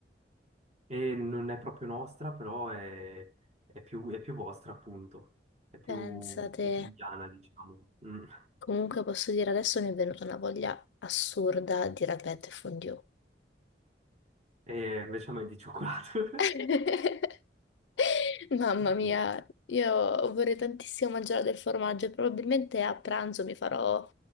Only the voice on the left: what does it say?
Pensate,
comunque posso dire adesso mi è venuta una voglia assurda di raclette e fondue.
<laughs>
Mamma
mia, io vorrei tantissimo mangiare del formaggio e probabilmente a pranzo mi farò